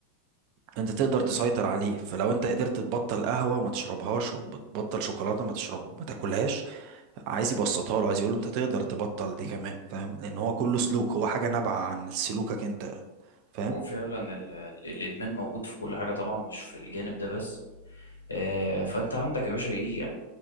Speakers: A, on the right (about 45°); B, on the left (about 75°).
A: انت تقدر تسيطر عليه فلو انت قدرت تبطل قهوه وما تشربهاش وتبطل شوكولاته ما تشرب ما تاكلهاش عايز يبسطها له عايز يقول له انت تقدر تبطل دي كمان فاهم لان هو كله سلوك هو حاجه نابعه عن سلوكك انت فاهم
B: هو فعلا ال- ال- الادمان موجود في كل حاجه طبعا مش في الجانب ده بس آه، فانت عندك يا باشا ايه